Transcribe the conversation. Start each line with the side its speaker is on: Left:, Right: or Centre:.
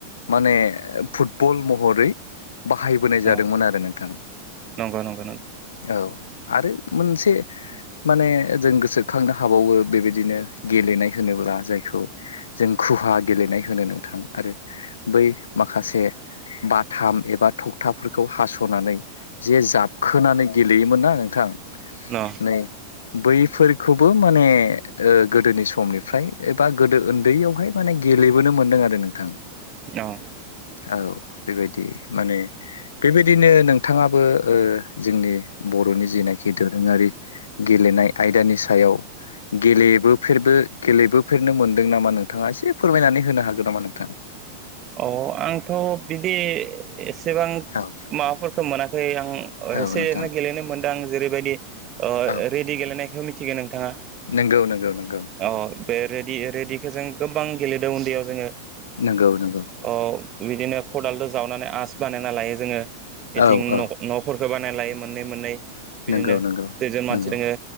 Left: माने फुटबल महरै बाहायबोनाय जादोंमोन
Right: अ
Left: आरो नोंथां
Right: नंगौ नंगौ नंगौ
Left: औ आरो मोनसे माने जों गोसोखांनो हाबावो बेबायदिनो गेलेनाय होनोब्ला जायखौ जों खुहा गेलेनाय नोंथां आरो बै माखासे बाथाम एबा थख थाफोरखौ हासनानै जे जाबखोनानै गेलेयोमोन ना नोंथां
Right: अ
Left: नै बैफोरखौबो माने गोदोनि समनिफ्राय एबा गोदो उन्दैयावहाय माने गेलेबोनो मोनदों आरो नोंथां
Right: औ
Left: औ बेबायदि माने बेबायदिनो नोंथाङाबो ओ जोंनि बर'नि जेनाखि दोरोङारि गेलेनाय आयदानि सायाव गेलेबोफेरबो गेलेबोफेरनो मोनदों नामा नोंथाङा एसे फोरमायनानै होनो हागोन नामा नोंथां
Right: औ आंथ' बिदि एसेबां
Left: औ
Right: माबाफोरखौ मोनाखै आं
Left: औ
Right: एसे
Left: नोंथां
Right: एरैनो गेलेनो मोनदों आं जेरैबायदि ओ
Left: औ
Right: रेडि गेलेनायखौ मिथिगो नों- बिथाङा
Left: नंगौ नंगौ नंगौ
Right: अ बे रेडि रेडिखौ जों गोबां गेलेदों उन्दैयाव जोङो
Left: नगौ नगौ
Right: ओ बिदिनो खदालजों जावनानै आसि बानायना लायो जोङो बेथिं
Left: औ औ
Right: नफोरखौ बायना लायो मोननै मोननै बिदिनो
Left: नंगौ नंगौ
Right: जों
Left: नंगौ
Right: मानसि दोङो